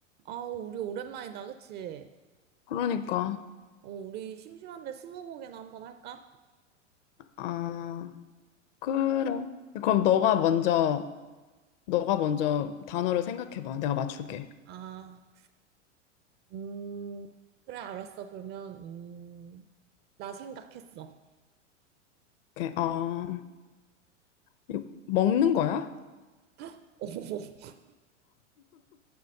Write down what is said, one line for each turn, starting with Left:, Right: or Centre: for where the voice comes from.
Right: 아, 우리 오랜만이다, 그치?
Left: 그러니까
Right: 어, 우리 심심한데 스무고개나 한번 할까?
Left: 아 그래. 그럼 너가 먼저 너가 먼저 단어를 생각해봐. 내가 맞출게.
Right: 아, 음, 그래, 알았어. 그러면, 음, 나 생각했어.
Left: 이렇게 아 이거 먹는 거야?
Right: <laughs>